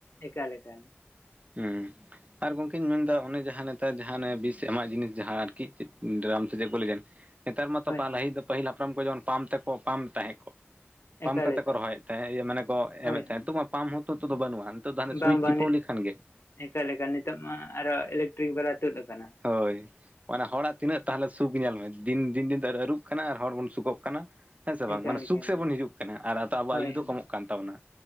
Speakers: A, on the left; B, on the right.
A: ᱮᱠᱟᱞ ᱮᱠᱟᱞ᱾
B: ᱦᱩᱸ ᱟᱨ ᱜᱚᱝᱠᱮᱧ ᱢᱮᱱ ᱮᱫᱟ ᱚᱱᱮ ᱡᱟᱦᱟᱸ ᱱᱮᱛᱟᱨ ᱡᱟᱦᱟᱸ ᱚᱱᱮ ᱵᱤᱥ ᱮᱢᱟᱜ ᱡᱤᱱᱤᱥ ᱡᱟᱦᱟᱸ ᱟᱨᱠᱤ ᱪᱮᱫ ᱰᱨᱟᱢ ᱥᱮ ᱪᱮᱜ ᱠᱚ ᱞᱟᱹᱭ ᱱᱮᱛᱟᱨ ᱢᱟᱛᱚ
A: ᱦᱳᱭ
B: ᱯᱟᱞ
A: ᱦᱳᱭ
B: ᱞᱟᱦᱤᱜ ᱫᱚ ᱯᱟᱹᱦᱤᱞ ᱦᱟᱯᱲᱟᱢ ᱠᱚ ᱡᱮᱢᱚᱱ ᱯᱟᱢ ᱛᱮᱠᱚ ᱯᱟᱢ ᱛᱟᱦᱮᱸ ᱠᱚ ᱯᱟᱢ
A: ᱮᱠᱟᱞ
B: ᱠᱟᱛᱮᱜ
A: ᱮᱠᱟᱞ
B: ᱠᱚ ᱨᱚᱦᱚᱭᱮᱜ ᱛᱟᱦᱮᱸᱜ ᱤᱭᱟᱹ ᱢᱟᱱᱮ ᱠᱚ
A: ᱦᱳᱭ
B: ᱮᱢ ᱮᱫ ᱛᱟᱦᱮᱸᱜ
A: ᱦᱳᱭ
B: ᱱᱤᱛᱚᱜ ᱢᱟ ᱯᱟᱢ ᱦᱚᱸᱛᱚ ᱱᱤᱛᱚᱜ ᱫᱚ ᱵᱟᱹᱱᱩᱜ-ᱟ᱾ ᱱᱤᱛᱚᱜ ᱫᱚ ᱦᱟᱱᱮ
A: ᱵᱟᱝ
B: ᱥᱩᱭᱤᱪ
A: ᱵᱟᱝ
B: ᱴᱤᱯᱟᱹᱣ ᱞᱮᱠᱷᱟᱱ ᱜᱮ ᱾
A: ᱮᱠᱟᱞ ᱮᱠᱟᱞ ᱱᱤᱛᱚᱜ ᱢᱟ ᱟᱨᱚ ᱤᱞᱮᱠᱴᱨᱤᱠ ᱵᱟᱞᱟ ᱛᱩᱫ ᱟᱠᱟᱱᱟ ᱾
B: ᱦᱳᱭ ᱢᱟᱱᱮ ᱦᱚᱲᱟᱜ ᱛᱤᱱᱟᱹᱜ ᱛᱟᱦᱚᱞᱮ ᱥᱩᱠ ᱧᱮᱞ ᱢᱮ ᱫᱤᱱ ᱫᱤᱱ ᱫᱤᱱ ᱛᱮ ᱟᱨᱩᱜ ᱠᱟᱱᱟ ᱟᱨ ᱦᱚᱲ ᱵᱚᱱ ᱥᱩᱠᱚᱜ ᱠᱟᱱᱟ ᱦᱮᱸ ᱥᱮ ᱵᱟᱝ
A: ᱮᱠᱟᱞ
B: ᱢᱟᱱᱮ
A: ᱮᱠᱟᱞ
B: ᱥᱩᱠ ᱥᱮᱫ ᱵᱚᱱ ᱦᱤᱡᱩᱜ ᱠᱟᱱᱟ ᱟᱨ ᱱᱚᱛᱮ ᱟᱵᱚᱣᱟᱜ
A: ᱦᱳᱭ
B: ᱟᱭᱩ ᱫᱚ
A: ᱦᱳᱭ
B: ᱠᱚᱢᱚᱜ ᱠᱟᱱ ᱛᱟᱵᱚᱱᱟ